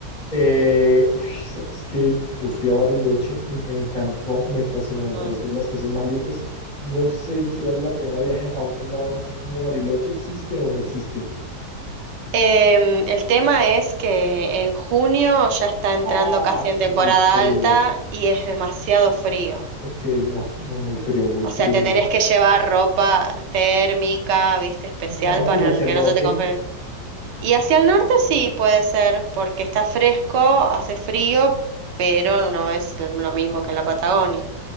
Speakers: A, on the left (about 30°); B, on the right (about 85°).
A: Eh, uy, sabes que yo fui a Bariloche y me encantó, me fascinó, me
B: Mm.
A: pareció de las cosas más lindas. No sé si vale la pena viaje a otro lado, así como Bariloche existe o no existe.
B: Em, el tema es que en junio ya está entrando
A: Ah,
B: casi
A: es
B: en temporada
A: muy frío.
B: alta y es demasiado frío.
A: Ok, no, no, muy frío, muy
B: O
A: frío,
B: sea, te
A: muy
B: tenés
A: frío.
B: que llevar ropa térmica, viste, especial
A: No,
B: para
A: y hacia
B: que
A: el norte.
B: no se te congelen. Y hacia el norte sí puede ser, porque está fresco, hace frío, pero no es lo mismo que en la Patagonia.